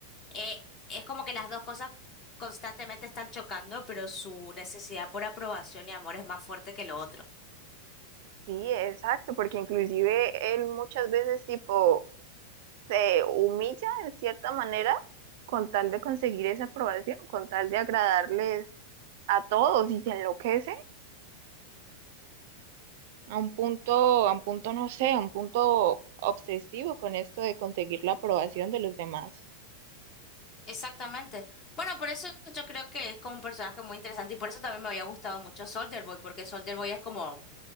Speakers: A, on the left; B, on the right.
A: eh, es como que las dos cosas constantemente están chocando, pero su necesidad por aprobación y amor es más fuerte que lo otro.
B: Sí, exacto, porque inclusive él muchas veces tipo se humilla de cierta manera con tal de conseguir esa aprobación, con tal de agradarles a todos y se enloquece a un punto, a un punto, no sé, a un punto obsesivo con esto de conseguir la aprobación de los demás.
A: Exactamente. Bueno, por eso yo creo que es como un personaje muy interesante y por eso también me había gustado mucho Soldier Boy, porque Soldier Boy es como